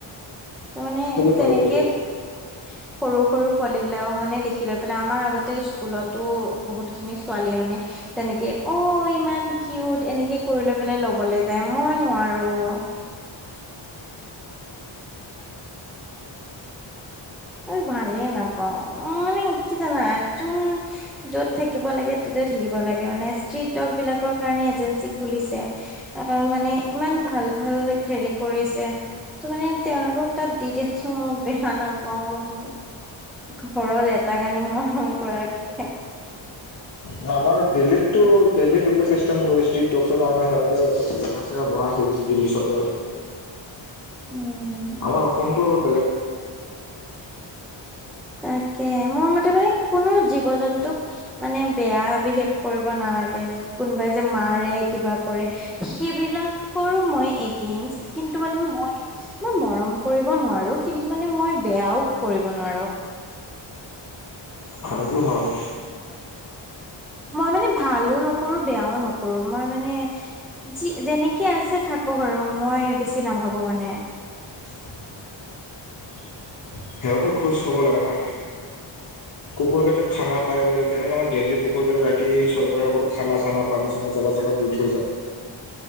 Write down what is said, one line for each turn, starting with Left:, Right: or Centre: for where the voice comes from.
Centre: ত মানে
Left: হয়
Centre: তেনেকে
Left: এইটো
Centre: সৰু সৰু পোৱালী বিলাকক মানে দেখি লৈ পেলাই আমাৰ আগতে স্কুলতো বহুত খিনি ছোৱালী মানে তেনেকে অ ইমান কিউট এনেকে কৰি লৈ পেলাই লবলে যায় মই নোৱাৰোঁ আৰু ভালেই নাপাওঁ অ মানে। কি জানা যোন য'ত থাকিব লাগে ততে থাকিব লাগে মানে ষ্ট্ৰিট দগ বিলাকক কাৰণে এজেঞ্চি খুলিছে, অ মানে ইমান ভাল ভাল হেৰি কৰিছে। ত মানে তেওঁলোকক তাত দি দেছ মই বেহা নাম কম মান ঘৰত এটা কানি মৰম কৰাকে
Left: ন আমাৰ দিল্লীতটো দিল্লীত এইবিলাক চিষ্টেম কৰি ষ্ট্ৰিট টকছৰ কাৰণে সিহঁতে জেগা চেগা বহাই থৈ দিল্লী চৰকাৰ
Centre: উম।
Left: আমাৰ অসমতো অলপ বেলেগ
Centre: তাকে মোৰ মতে মানে কোনো জীৱ -জন্তুক মানে বেয়া বিহেভ কৰিব নাল লাগে। কোনোবাই যে মাৰে কিবা কৰে সেইবিলাকৰো মই এগেইঞ্চ কিন্তু মানে মই মই মৰম কৰিব নোৱাৰো কিন্তু মানে মই বেয়াও কৰিব নোৱাৰো।
Left: ভালেটো হয়।
Centre: মই মানে ভালো ন কৰো বেয়াও নকৰো মই মানে যি যেনেকে আছে থাকো আৰু মই বেছি নাম ভাবো মানে।
Left: <unintelligible> সেহতো খোজ হব লাগে না, কুকুৰ কেইটা খানা পাই গ'লে যেনেকে আমাৰ দেল্লী কুকুৰ কাৰনে ৰাতি চৰকাৰৰ ওপৰত খানা চানা পানী চানা জেগা জেগাত দি থৈ যায়।